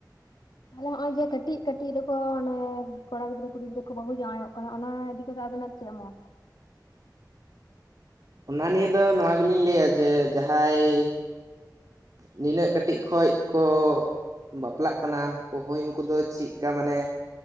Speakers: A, on the left (about 75°); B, on the right (about 55°).
A: ᱢᱟᱱᱮ ᱦᱚᱸᱜᱼᱚᱭ ᱡᱮᱹ ᱠᱟᱹᱴᱤᱡ ᱠᱟᱹᱴᱤᱡ ᱨᱮᱠᱚ ᱚᱱᱮ ᱠᱚᱲᱟ ᱜᱤᱫᱽᱨᱟᱹ ᱠᱩᱲᱤ ᱜᱤᱫᱽᱨᱟᱹ ᱠᱚ ᱵᱟᱦᱩ ᱡᱟᱶᱟᱭᱚᱜ ᱠᱟᱱᱟ ᱚᱱᱟ ᱤᱫᱤ ᱠᱟᱛᱮᱫ ᱟᱵᱮᱱᱟᱜ ᱪᱮᱫ ᱢᱚᱛ?
B: ᱚᱱᱟ ᱱᱤᱭᱮ ᱫᱚ ᱱᱚᱣᱟ ᱜᱮᱞᱤᱧ ᱞᱟᱹᱭᱟ ᱡᱮ ᱡᱟᱦᱟᱸᱭ ᱱᱤᱱᱟᱹᱜ ᱠᱟᱹᱴᱤᱡ ᱠᱷᱚᱡ ᱠᱚ ᱵᱟᱯᱞᱟᱜ ᱠᱟᱱᱟ ᱦᱳᱭ ᱩᱱᱠᱩ ᱫᱚ ᱪᱮᱫᱠᱟ ᱢᱟᱱᱮ